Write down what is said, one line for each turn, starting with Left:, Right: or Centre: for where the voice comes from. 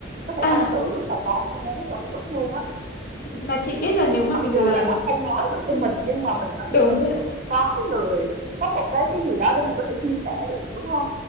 Right: có thể
Left: à,
Right: tâm sự rất là tốt luôn á, rất là hữu ích luôn á
Left: mà chị biết là nếu mà
Right: mặc
Left: mình
Right: dù
Left: làm
Right: là nó không nói được với
Left: ừ,
Right: mình nhưng mà mình nói
Left: đúng
Right: chung là mình
Left: rồi
Right: cũng có người có một cái cái gì đó để mình có thể chia sẻ được đúng không